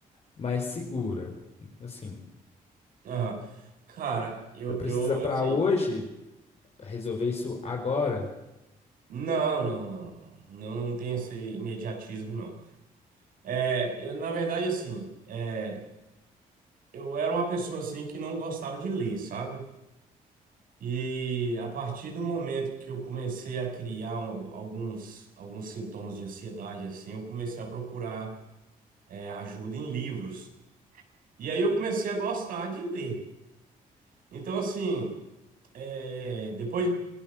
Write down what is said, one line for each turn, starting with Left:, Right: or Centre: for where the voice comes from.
Left: mais segura. Assim,
Right: Aham. Cara, eu,
Left: Você precisa
Right: eu
Left: para
Right: assim,
Left: hoje resolver isso agora.
Right: Não, não, não, não, não. Não, não tem esse imediatismo, não. É, eu, na verdade, assim, é, eu era uma pessoa assim que não gostava de ler, sabe? E a partir do momento que eu comecei a criar um- alguns, alguns sintomas de ansiedade, assim, eu comecei a procurar, é, ajuda em livros. E aí eu comecei a gostar de ler. Então, assim. é, depois de